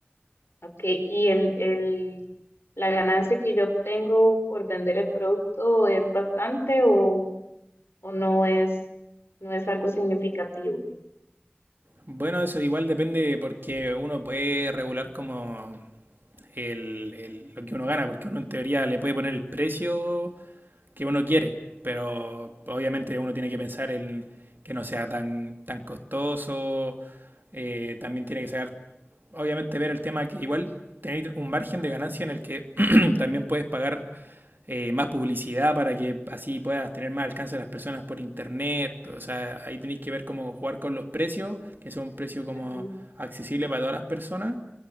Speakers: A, on the left; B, on the right.
A: ¿ok? Y el, el, la ganancia que yo obtengo por vender el producto es bastante o, o no es, no es algo significativo.
B: Bueno, eso igual depende porque uno puede regular como el- el- lo que uno gana, porque uno en teoría le puede poner el precio que uno quiere, pero obviamente uno tiene que pensar en que no sea tan, tan costoso, eh, también tiene que sacar, obviamente ver el tema que igual tener un margen de ganancia en el que <clears throat> también puedes pagar eh, más publicidad para que así puedas tener más alcance a las personas por internet, o sea, ahí tenéis que ver cómo jugar con los precios, que sea un precio como
A: Ajá,
B: accesible para todas las personas,